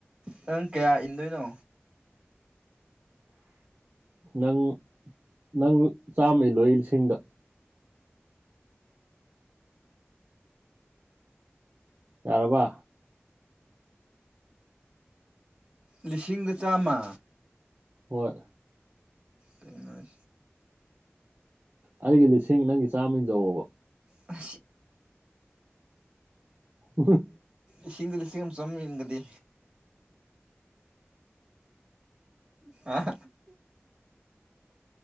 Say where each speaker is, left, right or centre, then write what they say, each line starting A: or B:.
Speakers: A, on the right; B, on the right.
A: ꯅꯪ ꯀꯌꯥ ꯏꯟꯗꯣꯏꯅꯣ
B: ꯅꯪ ꯅꯪ ꯆꯥꯝꯃ ꯏ ꯂꯣꯏ ꯑꯩ ꯂꯤꯁꯤꯡꯗ ꯌꯥꯔꯕꯥ
A: ꯂꯤꯁꯤꯡꯒ ꯆꯥꯝꯃ
B: ꯍꯣꯏ
A: ꯄꯉ
B: ꯑꯩꯒꯤ ꯂꯤꯁꯤꯡ ꯅꯪꯒꯤ ꯆꯥꯝꯃ ꯗꯕ
A: ꯑ
B: ꯎꯣꯏ
A: ꯏꯁꯤꯡꯗ ꯂꯤꯁꯤꯡ ꯑꯃ ꯆꯝꯕꯤꯒꯗꯤ ꯑꯥ